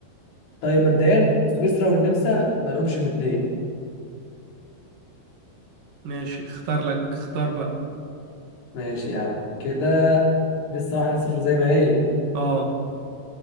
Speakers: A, on the left (about 85°); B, on the right (about 65°).
A: طيب مبدئيا سويسرا والنمسا ما لهمش الاتنين
B: ماشي اختار لك اختار بقى
A: ماشي يا عم كده لسه واحد صفر زي ما هي
B: اه